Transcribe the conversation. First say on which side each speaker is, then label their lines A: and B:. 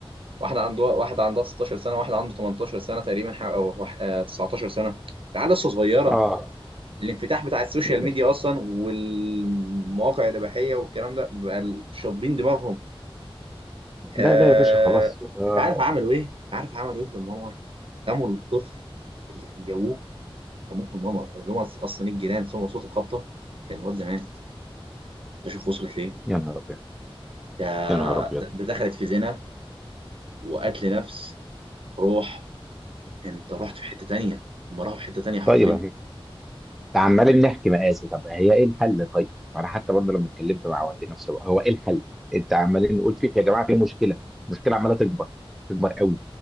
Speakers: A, on the right (about 65°); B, in the centre.
A: واحده عندها واحده عندها 16 سنه واحد عنده 18 سنه تقريبا ح- او وح- آه، 19 سنه العيال لسه صغيره
B: اه
A: الانفتاح بتاع السوشيال
B: يا باشا
A: ميديا اصلا والمواقع الاباحيه والكلام ده بقى شاطبين دماغهم
B: لا
A: آه،
B: لا يا باشا خلاص آه
A: انت عارف عملوا ايه؟ انت عارف عملوا ايه في المنور؟ قاموا الطفل اللي جابوه رموه في المنور اللي هم اصلا الجيران سمعوا صوت الخبطه كان الواد ده مات انت شوف وصلت ليه؟
B: يا نهار ابيض
A: ده,
B: يا نهار ابيض
A: ده ده دخلت في زنا وقتل نفس روح انت رحت في حته تانيه هم راحوا في حته تانيه حرفيا
B: طيب عمالين نحكي مقاسي طب هي ايه الحل طيب انا حتى برضه لما اتكلمت مع والدي نفسه بقى، هو ايه الحل انت عمالين نقول فيك يا جماعه في مشكله المشكله عماله تكبر تكبر قوي